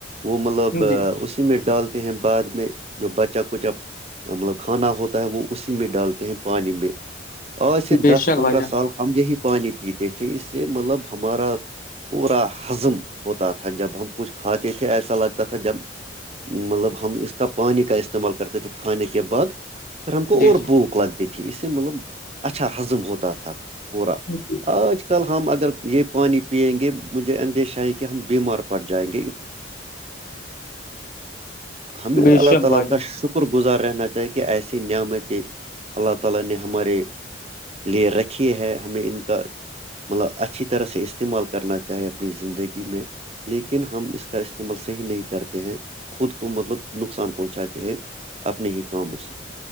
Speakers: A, on the right (about 30°); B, on the left (about 45°).
A: وہ مطلب
B: جی
A: اسی میں ڈالتے ہیں بعد میں جو بچہ کچا مطلب کھانا ہوتا ہے وہ اسی میں ڈالتے ہیں پانی میں آج سے
B: بے
A: دس
B: شک
A: پندرہ
B: بھائی جان
A: سال ہم یہی پانی پیتے تھے اس سے مطلب ہمارا پورا ہضم ہوتا تھا جب ہم کچھ کھاتے تھے ایسا لگتا تھا جب مطلب ہم اس کا پانی کا استعمال کرتے تھے کھانے کے بعد پھر ہم کو
B: جی
A: اور بھوک لگ تھی اس سے مطلب اچھا ہزم ہوتا تھا پورا
B: اچھ
A: آج کل ہم اگر یہ پانی پیئیں گے مجھے اندیشہ ہے کہ ہم بیمار پڑ جائیں گے اللہ
B: بے شک
A: تعالی
B: بھائی جان
A: شکر گزار رہنا چاہیے کہ ایسی نعمتیں اللہ تعالی نے ہمارے لیے رکھیے ہے ہمیں ان کا مطلب اچھی طرح سے استعمال کرنا چاہے اپنی زندگی میں لیکن ہم اس کا استعمال صحیح نہیں کرتے ہیں خود کو مطلب نقصان پہنچاتے ہیں اپنے ہی کاموں سے